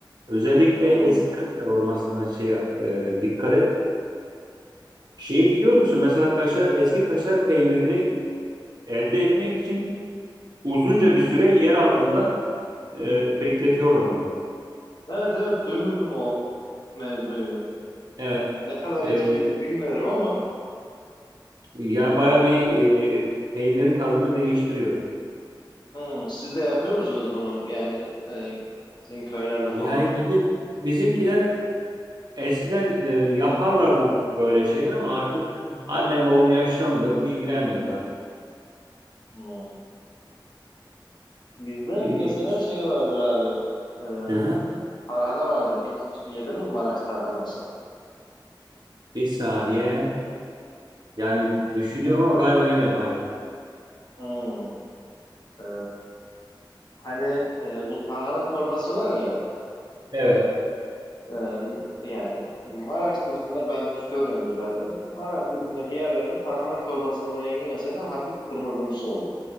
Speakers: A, on the right; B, on the left.
A: Özellikle
B: Hı.
A: eski Evet. kaşar olmasından şeye e, dikkat et. Şeyi biliyor musun? Mesela kaşar eski kaşar peynirini elde etmek için uzunca bir süre yer altında e, bekletiyorlar onu.
B: Evet evet duymuştum o mevzuyu.
A: Evet.
B: Ne kadar
A: E,
B: etkilidir bilmiyorum ama
A: ya baya bir e, peynirin tadını değiştiriyor.
B: hı, siz de yapıyor musunuz bunu? Yani e, sizin köylerde
A: Yani
B: falan.
A: bizim bizimkiler eskiden e, yaparlardı böyle şeyler ama artık annem babam yaşlandı, ilgilenmiyorlar.
B: Hı. Bizde
A: E,
B: mesela şey vardır abi. E,
A: hı. hı.
B: tarhana vardır. Hiç yedin mi Maraş tarhanası?
A: Bir saniye. Yani düşünüyorum ama galiba yemedim. Hayır.
B: Hmm. E, hani e, bu tarhana çorbası var ya.
A: Evet.
B: e, yani Maraş dışında ben hiç görmedim zaten. Maraş dışındaki yerlerde tarhana çorbasının rengi mesela hafif kırmızımsı olur.